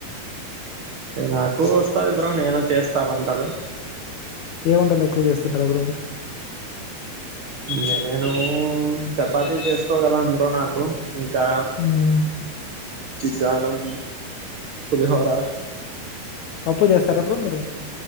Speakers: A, on the right (about 80°); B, on the left (about 75°).
A: నాకు వస్తది బ్రో నేను చేస్తా వంటలు
B: ఏ వంటలు ఎక్కువ చేస్తుంటారు ఎవరు మీరు
A: నేను చపాతీ చేసుకోగలను బ్రో నాకు ఇంకా
B: హ్మ్.
A: చిత్రాన్నం, పులిహోరా
B: పప్పు చేస్తార బ్రో మీరు